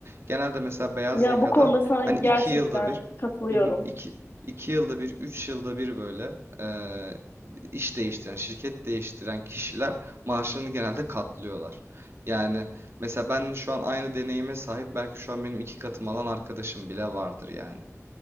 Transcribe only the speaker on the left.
Ya
bu konuda sana
gerçekten
katılıyorum.